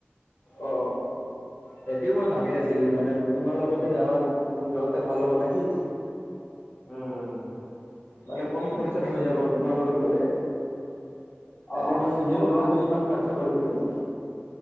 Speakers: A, on the left; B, on the left.
A: অ অ, সেটিও মই ভাবি আছিলোঁ মানে তোমাৰ লগতে যাৱা যোৱাতে ভাল হব নেকি?
B: উম, উম, উম।
A: মানে কম খৰচাত হৈ যাব তোমাৰ লগত গলে।
B: অ
A: এনে মই নিজে
B: চল
A: গ'লেতো ইমান খৰচা পৰিব ত'।